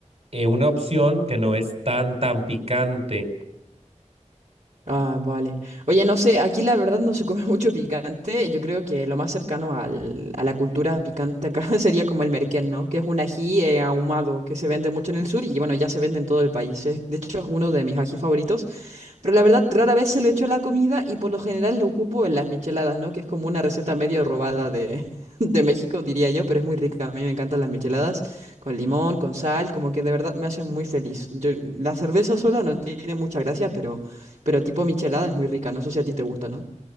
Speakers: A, on the right (about 60°); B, on the right (about 75°).
A: eh, una opción que no es tan, tan picante.
B: Ah, vale. Oye, no sé, aquí la verdad no se come <laughs> mucho picante. Yo creo que lo más cercano al- a la cultura picante acá <laughs> sería como el merquén, ¿no? Que es un ají eh, ahumado que se vende mucho en el sur y bueno, ya se vende en todo el país. Es- de hecho, es uno de mis ají favoritos. Pero la verdad, rara vez se lo echo a la comida y por lo general lo ocupo en las micheladas, ¿no? Que es como una receta medio robada de, <laughs> de México, diría yo, pero es muy rica. A mí me encantan las micheladas con limón, con sal, como que de verdad me hacen muy feliz. Yo, la cerveza sola no tiene mucha gracia, pero, pero tipo michelada es muy rica. No sé si a ti te gusta, ¿no?